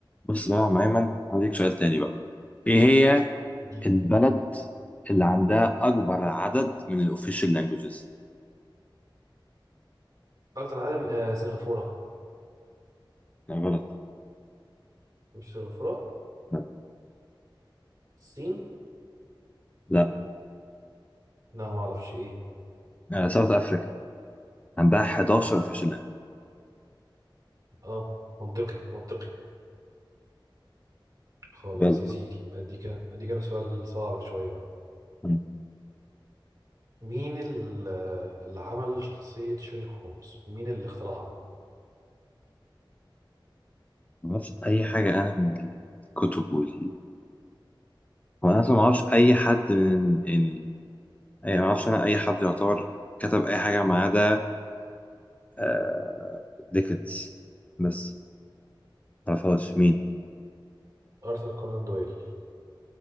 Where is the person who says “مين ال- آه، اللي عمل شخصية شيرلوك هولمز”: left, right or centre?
Right